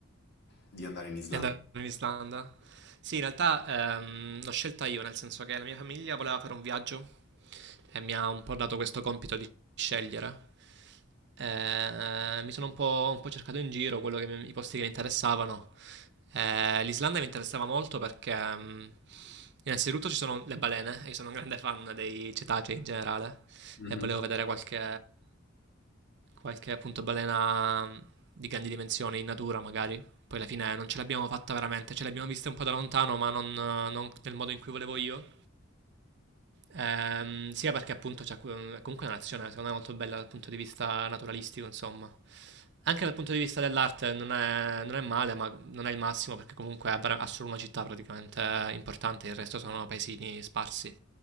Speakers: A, on the left; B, on the right.
A: di andare in Islanda?
B: Di andare in Islanda? Sì, in realtà ehm, l'ho scelta io, nel senso che la mia famiglia voleva fare un viaggio e mi ha un po' dato questo compito di scegliere. Eh, mi sono un po', un po' cercato in giro quello che mi- i posti che mi interessavano. Eh, l'Islanda mi interessava molto perché, mm, innanzitutto, ci sono le balene e io sono un grande fan dei cetacei in generale
A: Mhm.
B: e volevo vedere qualche, qualche appunto balena mm, di grandi dimensioni in natura, magari. Poi alla fine non ce l'abbiamo fatta veramente, ce l'abbiamo vista un po' da lontano, ma non, non nel modo in cui volevo io. Ehm, sia perché appunto c'è comunque è una nazione secondo me molto bella dal punto di vista naturalistico, insomma. Anche dal punto di vista dell'arte non è, non è male, ma non è il massimo perché comunque ha vera- ha solo una città praticamente importante, il resto sono paesini sparsi,